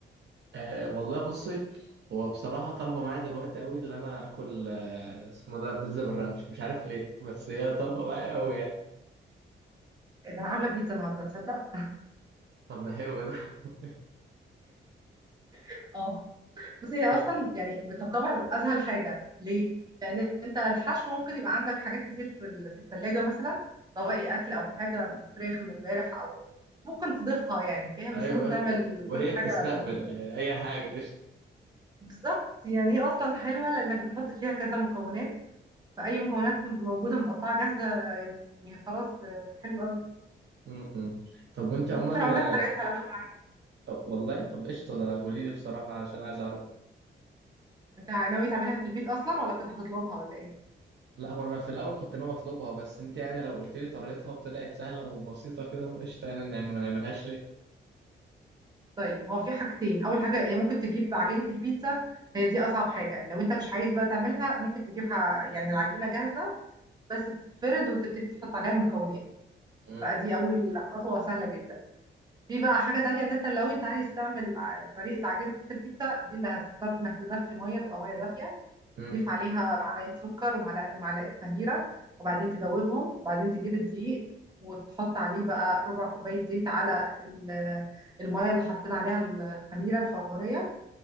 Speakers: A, on the right (about 60°); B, on the right (about 20°).
A: أه والله بصي هو بصراحة طالبة معايا دلوقتي قوي اللي أنا آكل آه، اسمه ده بيتزا بالرانش مش عارف ليه بس هي طالبة معايا قوي يعني
B: إيه ده انا عامله بيتزا النهارده تصدق
A: طب ده حلو ده <laughs>
B: <laughs> بس هي اصلا
A: ف-
B: يعني بتعتبر اسهل حاجه ليه لان انت الحشو ممكن يبقى عندك حاجات كتير في ال- في الثلاجه مثلا بواقي اكل او حاجه فراخ من امبارح او ممكن تضيفها يعني فاهم
A: أيوه
B: مش لازم
A: أيوه،
B: تعمل
A: و- وهي
B: كل
A: بتستقبل
B: حاجه جديده
A: يعني أي حاجة قشطة
B: بالظبط يعني هي اصلا حلوه لانك بتحط فيها كذا مكونات فاي مكونات مت- موجوده متقطعه جاهزه يعني خلاص آه، حلو قوي
A: م- م. طب وأنت عموما
B: ممكن اقول لك طريقتها
A: آه،
B: لو انت عايز
A: طب والله طب قشطة ده قولي لي بصراحة عشان عايز أعرف
B: انت ناوي تعملها في البيت اصلا ولا كنت هتطلبها ولا ايه
A: لا هو أنا في الأول كنت ناوي أطلبها بس أنت يعني لو قلت لي طريقتها وطلعت سهلة وبسيطة كده قشطة يعني ما نعملهاش ليه؟
B: طيب هو في حاجتين اول حاجه هي ممكن تجيب عجينه البيتزا هي دي اصعب حاجه لو انت مش عايز بقى تعملها ممكن تجيبها يعني العجينه جاهزه بس تتفرد وتبتدي تحط عليها المكونات
A: م-
B: فدي اول خطوه سهله جدا في بقى حاجه تانية ان انت لو انت عايز تعمل ع- طريقه عجينه البيتزا دي اللي هتضطر انك تدفي ميه تبقى ميه دافيه
A: م.
B: تضيف عليها معلقة سكر ومعلقة خميرة وبعدين تدوبهم وبعدين تجيب الدقيق وتحط عليه بقى ربع كوباية زيت على ال- المية اللي حطينا عليها الخميرة الفورية